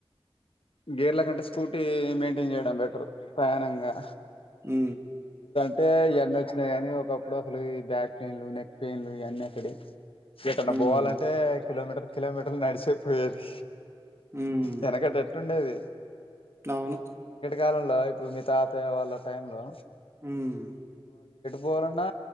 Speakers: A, on the left; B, on the right.
A: గేర్ల కంటే స్కూటీ మెయింటైన్ చేయడం బెటర్ పయానంగా
B: హ్మ్ఁ
A: అంటే ఇయన్నీ వచ్చినై గాని ఒకప్పుడు అసలు ఈ బ్యాక్ పెయిన్లు, నెక్ పెయిన్లు ఇయన్నీ ఎక్కడివి? ఎటన్నా
B: హ్మ్.
A: పోవాలంటే కిలోమీటర్ కిలోమీటర్లు నడిసే పోయేది
B: హ్మ్.
A: వెనకట ఎట్టుండేది
B: అవును
A: కాలంలో ఇప్పుడు మీ తాతయ్య వాళ్ళ టైం లో
B: హ్మ్ఁ
A: పోవలన్నా